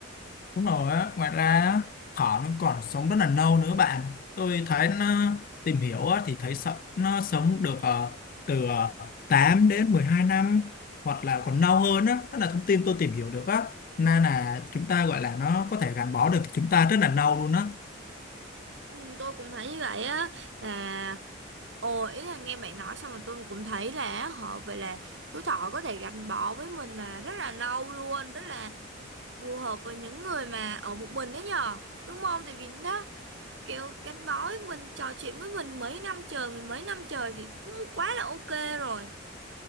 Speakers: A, on the left (about 45°); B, on the right (about 60°).
A: Đúng rồi á, ngoài ra á, thỏ nó còn sống rất là lâu nữa bạn. Tôi thấy nó tìm hiểu á, thì thấy sợ nó sống được ờ, từ ờ, 8 đến mười hai năm hoặc là còn lâu hơn á, đó là thông tin tôi tìm hiểu được á. Nên là chúng ta gọi là nó có thể gắn bó được chúng ta rất là lâu luôn á.
B: ừ, tôi cũng thấy như vậy á là Ồ, ý là nghe bạn nói xong rồi tôi cũng thấy là họ vậy là chú thỏ có thể gắn bó với mình là rất là lâu luôn, rất là phù hợp với những người mà ở một mình đó nhờ. Đúng không? Tại vì nó kiểu gắn bó với mình, trò chuyện với mình mấy năm trời, mình mấy năm trời thì cũng quá là ok rồi.